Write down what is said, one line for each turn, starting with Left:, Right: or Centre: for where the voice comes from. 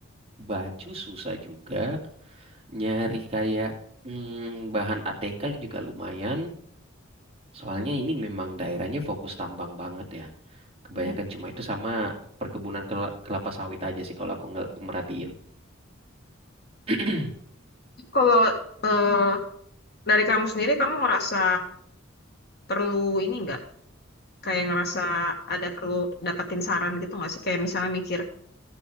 Right: baju susah juga. Nyari kayak hmm, bahan ATK juga lumayan. Soalnya ini memang daerahnya fokus tambang banget ya. Kebanyakan
Left: Tapi
Right: cuma itu sama perkebunan kel- kelapa sawit aja sih kalau aku nge- merhatiin. <clears throat>
Left: Kalau eh, dari kamu sendiri, kamu ngerasa perlu ini nggak? Kayak ngerasa ada perlu dapetin saran gitu nggak sih? Kayak misalnya mikir